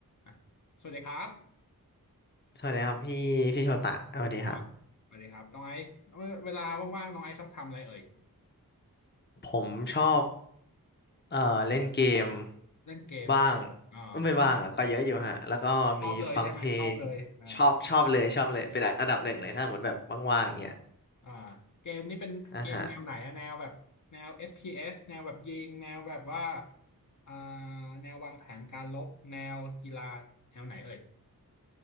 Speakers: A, on the left; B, on the left.
A: อ่ะสวัสดีครับ
B: สวัสดีครับพี่พี่โชตะสวัสดีครับ
A: ครับสวัสดีครับน้องไอซ์เวเวลาว่างๆน้องไอซ์ชอบทำอะไรเอ่ย
B: ผมชอบ เอ่อเล่นเกม
A: เล่นเกม
B: บ้าง
A: อ่า
B: เอ้ยไม่บ้างอ่ะก็เยอะอยู่ฮะแล้วก็มีฟังเพลง
A: ชอบเลยใช่ไหมชอบเลยอ่า
B: ชอบชอบเลยชอบเลยเป็นอันดับหนึ่งเลยถ้าสมมติแบบว่างๆอย่างเงี้ย
A: อ่าเกมนี้เป็นเกมแนวไหนอะแนวแบบแนว
B: อ่ะฮะ
A: FPS แนวแบบยิงแนวแบบว่าอ่าแนววางแผนการรบแนวกีฬาแนวไหนเอ่ย